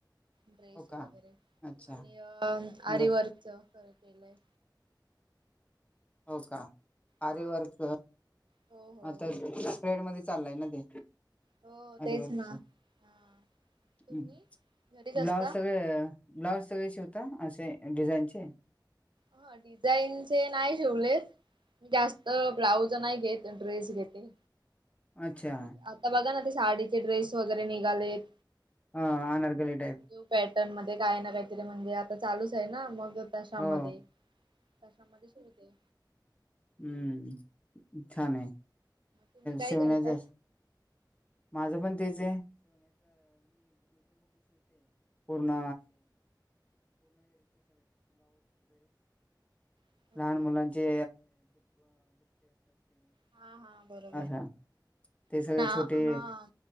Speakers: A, on the right; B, on the left.
A: ड्रेस
B: हो का
A: वगैरे
B: अच्छा
A: आणि अ
B: बर
A: आरवर्कच केलंय
B: हो का आरवर्क
A: हा हो हो
B: आता ट्रेड मध्ये चाललाय ना ते
A: हो
B: अवर्
A: तेच ना.
B: हम्
A: हा. तुम्ही घरीच असता
B: ब्लावज सगळे ब्लाउज सगळे शिवता असे डिझाईनचे
A: हा डिझाईनचे नाही जेवलेत मी जास्त ब्राऊज नाही घेत ड्रेस घेते
B: अच्छा
A: आता बघा ना ते साडीचे ड्रेस वगैरे निघालेत
B: हा अनारकली टाईप
A: घेऊ पॅटर्न मध्ये काय ना का म्हणजे आता चालूच आहे ना मग तशामध्ये
B: हो
A: तशामध्ये सुरते
B: हम्मच्छान आहे
A: तुम्ही काय
B: शिवनाच्या
A: करता
B: माझं पण तेच पूर्ण
A: अच्छा
B: लहान मुलांचे
A: हा हा बरोबर
B: असं ते सगळे
A: पण हा
B: छोटे